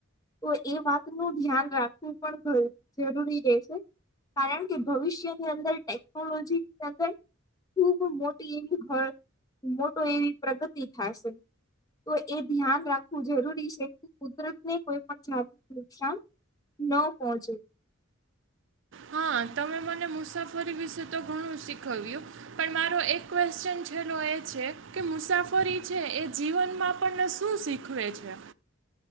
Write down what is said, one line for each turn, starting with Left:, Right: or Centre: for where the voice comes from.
Left: તો એ વાતનું ધ્યાન રાખવું પણ જરૂરી તે છે કારણ કે ભવિષ્યની અંદર ટેકનોલોજીની અંદર ખૂબ મોટી એવી હ મોટો એવી પ્રગતિ થાય છે. તો એ ધ્યાન રાખવું જરૂરી છે કે કુદરતને કોઈ પણ જાત નુકસાન ન પહોંચે.
Right: હા તમે મને મુસાફરી વિશે તો ઘણું શીખવ્યું. પણ મારો એક ક્વેશચન છેલો એ છે કે મુસાફરી છે એ જીવનમાં આપને શું શીખ ખવે છે.